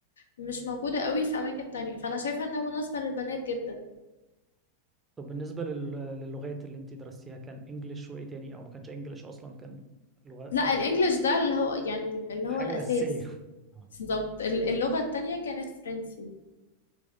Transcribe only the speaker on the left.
مش موجودة قوي في أماكن تانية فأنا شايفة إنها مناسبة للبنات جدا
لا
الإنجليش ده اللي هو يعني اللي
هو الأساس
بالظبط ال- اللغة التانية كانت فرنسي